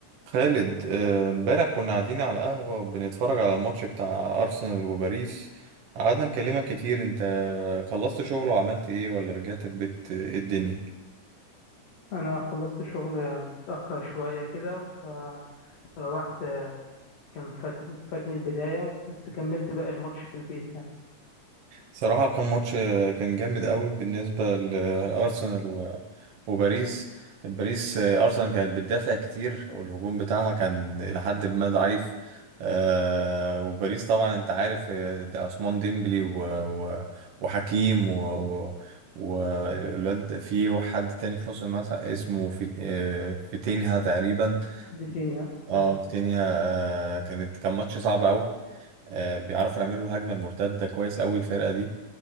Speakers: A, on the right; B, on the left.
A: خالد آه، امبارح كنا قاعدين على قهوة وبنتفرج على الماتش بتاع أرسنال وباريس قعدنا نكلمك كتير انت خلصت شغل وعملت ايه ولا رجعت البيت ايه الدنيا
B: انا خلصت شغل متاخر شويه كده فروحت كان فات... فاتني البدايه بس كملت باقي الماتش في البيت يعني
A: صراحة كان ماتش آه، كان جامد قوي بالنسبة لأرسنال و- وباريس باريس آه، أرسنال كانت بتدافع كتير والهجوم بتاعها كان إلى حد ما ضعيف آه، وباريس طبعا أنت عارف آه، ده عثمان ديمبلي و- و- وحكيم و و- والواد في حد تاني في نص الملعب اسمه في آه، فيتينها تقريبا
B: فيتينيا
A: اه
B: تمام
A: فيتينها آه، كانت كان ماتش صعب قوي آه، بيعرفوا يعملوا هجمة المرتدة كويس قوي الفرقة دي